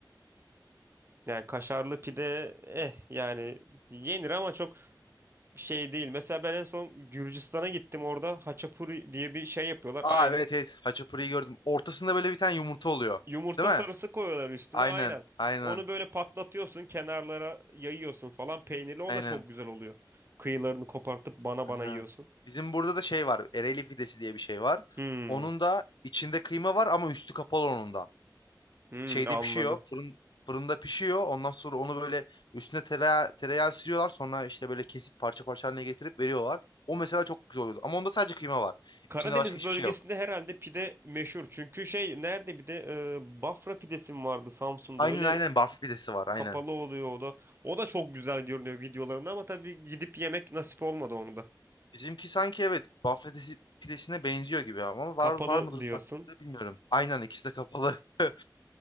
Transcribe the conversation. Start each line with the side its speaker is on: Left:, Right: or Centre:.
Right: Yani kaşarlı pide eh yani yenir ama çok şey değil. Mesela ben en son Gürcistan'a gittim orada haçapuri diye bir şey yapıyorlar
Left: Aa
Right: aynı.
Left: evet evet. Haçapuri'yi gördüm. Ortasında böyle bir tane yumurta oluyor.
Right: Yumurta
Left: Değil mi?
Right: sarısı koyuyorlar üstüne
Left: Aynen.
Right: aynen.
Left: Aynen.
Right: Onu böyle patlatıyorsun kenarlara yayıyorsun falan peynirli o
Left: Aynen.
Right: da çok güzel oluyor. Kıyılarını kopartıp bana
Left: Aha.
Right: bana yiyorsun.
Left: Bizim burada da şey var. Ereğli pidesi diye bir şey var.
Right: Hmm,
Left: Onun da içinde kıyma var ama üstü kapalı onun da.
Right: hmm,
Left: şeyde
Right: anladım.
Left: pişiyor. Fırın, fırında pişiyor. Ondan sonra onu böyle üstüne tereyağı, tereyağı sürüyorlar. Sonra işte böyle kesip parça parça haline getirip veriyorlar. O mesela çok güzel oluyordu. Ama onda sadece kıyma var.
Right: Karadeniz
Left: İçinde başka hiçbir
Right: bölgesinde
Left: şey yok.
Right: herhalde pide meşhur. Çünkü şey nerede bir de e, Bafra pidesi mi vardı Samsun'da
Left: Aynen
Right: öyle
Left: aynen barf pidesi var aynen.
Right: kapalı oluyor o da. O da çok güzel görünüyor videolarında ama tabii gidip yemek nasip olmadı onu da.
Left: Bizimki sanki evet barf pidesi, pidesine benziyor gibi ama
Right: Kapalı
Left: var var mıdır
Right: diyorsun.
Left: farklı bilmiyorum. Aynen ikisi de kapalı. <laughs>